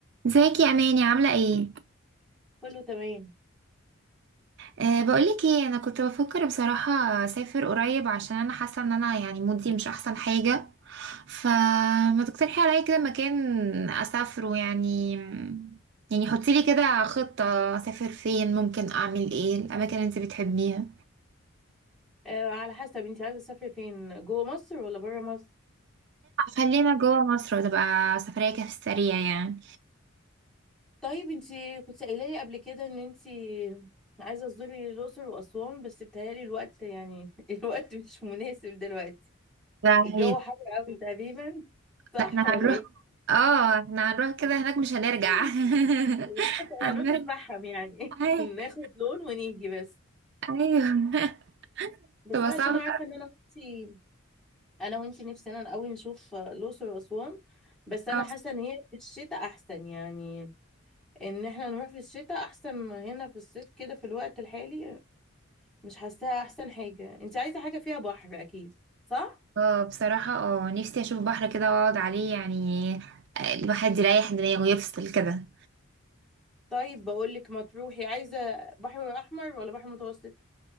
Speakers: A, on the right (about 55°); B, in the centre.
A: ازيك يا اماني عامله ايه
B: كله تمام
A: أه بقولك ايه انا كنت بفكر بصراحه اسافر قريب عشان انا حاسه ان انا يعني مودي مش احسن حاجه فما تقترحي عليا كده مكان اسافره يعني يعني حطي لي كده خطه اسافر فين ممكن اعمل ايه الاماكن اللي انت بتحبيها
B: آه على حسب انت عايزه تسافري فين جوه مصر ولا بره مصر
A: خلينا جوه مصر وتبقى سفريه كده في السريع يعني
B: طيب انت كنت قايله لي قبل كده ان انت عايزه تزوري الاقصر واسوان بس بتهيالي الوقت يعني <laughs> الوقت مش مناسب دلوقتي
A: ده
B: الجو
A: هي-
B: حر قوي تقريبا صح
A: ده احنا
B: ولا
A: هنروح
B: ايه
A: اه احنا هنروح كده هناك مش هنرجع
B: <laughs>
A: <laughs>
B: طب
A: هنرجع
B: هنروح نتفحم يعني
A: أي-
B: <laughs> ناخد لون ونيجي بس
A: ايوه <laughs>
B: بس
A: تبقى
B: أنا
A: صعبة
B: عشان عارفه ان انا وانتي انا وانتي نفسنا قوي نشوف الاقصر واسوان بس انا
A: اه
B: حاسه ان هي في الشتاء احسن يعني ان احنا نروح في الشتاء احسن ما هنا في الصيف كده في الوقت الحالي مش حاساها احسن حاجة انت عايزة حاجة فيها بحر اكيد صح
A: آه، بصراحة اه نفسي اشوف بحر كده واقعد عليه يعني آه، الواحد يريح دماغه ويفصل كده
B: طيب بقولك ما تروحي عايزة بحر احمر ولا بحر متوسط